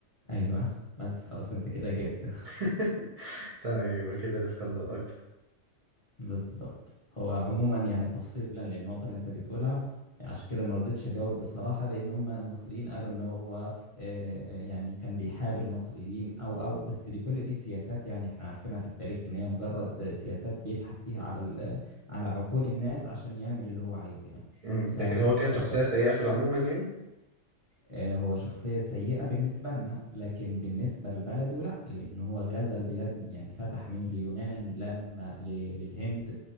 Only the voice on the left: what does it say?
أيوه بس خلاص أنت كده جبته
بالظبط هو عموما يعني تفصيلا للنقطة اللي انت بتقولها عشان كده ما رضيتش اجاوب بصراحة لان هم المصريين قالوا ان هو آه، آه، يعني كان بيحاب المصريين او او بس دي كل دي سياسات يعني احنا عارفينها في التاريخ ان هي مجرد سياسات بيضحك بيها على ال- على عقول الناس عشان يعمل اللي هو عايزه يعني
ففي
اساس
آه، هو شخصية سيئة بالنسبة لنا لكن بالنسبة لبلده لا لأنه هو غزا البلاد يعني فتح من اليونان لما ل- للهند